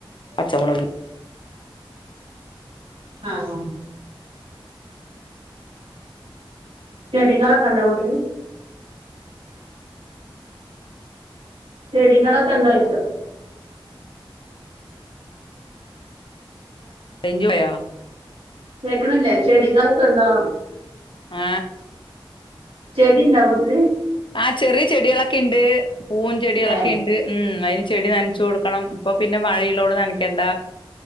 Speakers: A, on the left (about 65°); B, on the right (about 85°).
A: പച്ചമുളക്
B: ആഹ് ആ ചെറിയ കാക്കന്റ വീട്ടില് ചെടികളൊക്കെ ഇണ്ടോഴിച്ചോ
A: <unintelligible>
B: കേക്കണില്ലേ ചെടികളൊക്കെണ്ടോ
A: ആ
B: ചെടിണ്ടാ വീട്ടില്
A: ആ ചെറിയ ചെടികളൊക്കെ ഇണ്ട്. പൂവും ചെടികളൊക്കെ
B: ഏ
A: ഇണ്ട്. ഉം അതിന് ചെടി നനച്ചു കൊടുക്കണം ഇപ്പൊ. പിന്നെ മഴയിലോട് നനക്കേണ്ട.